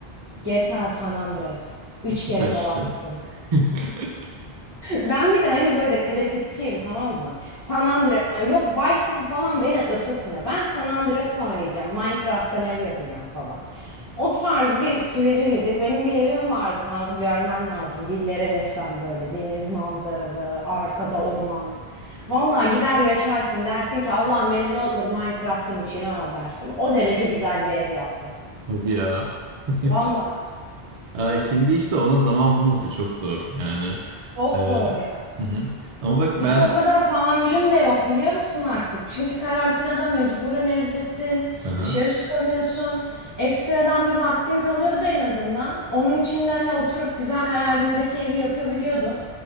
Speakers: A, on the right (about 20°); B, on the right (about 45°).
A: GTA San Andreas. Üç
B: E, süper
A: kere falan
B: işte.
A: bitirdim.
B: <laughs>
A: Ben bir de hani böyle klasikçiyim tamam mı? San Andreas oynuyorum. Yok Vice City falan beni ısıtmıyor. Ben San Andreas oynayacağım. Minecraft'tan ev yapacağım falan. O tarz bir sürece girdik. Benim bir evim vardı kanka görmen lazım. Dillere destan böyle deniz manzaralı, arkada orman. Vallahi gider yaşarsın dersin ki Allah'ım beni ne olur Minecraft'ın içine al dersin. O derece güzel bir ev yaptım.
B: Hadi ya. <laughs>
A: Vallahi
B: Ay, şimdi işte ona zaman bulması çok zor. Yani
A: çok
B: e, hı
A: zor ya.
B: hı. Ama bak ben
A: Bir de o kadar tahammülüm de yok biliyor musun artık? Çünkü karantinada mecburen evdesin,
B: hı hı.
A: dışarı çıkamıyorsun. Ekstradan bir vaktin kalıyordu en azından. Onun için de hani oturup güzel hayalimdeki evi yapabiliyordum.